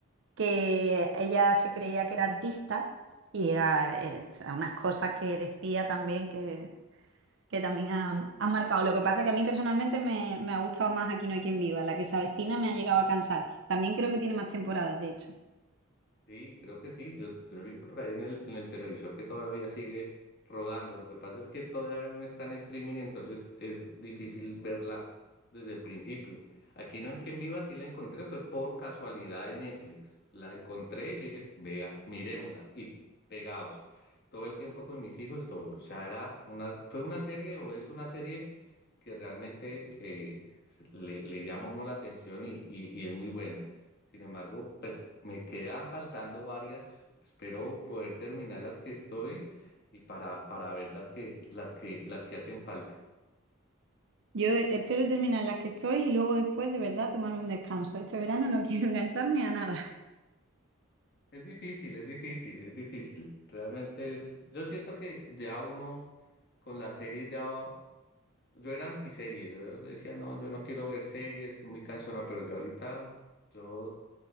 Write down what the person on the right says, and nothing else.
que ella se creía que era artista y era, era- o sea, unas cosas que decía también que, que también han, han marcado. Lo que pasa es que a mí personalmente me, me ha gustado más Aquí no hay quien viva, la que se avecina me ha llegado a cansar. También creo que tiene más temporadas, de hecho.
Yo e, espero terminar las que estoy y luego después de verdad tomar un descanso. Este verano no <laughs> quiero engancharme a nada.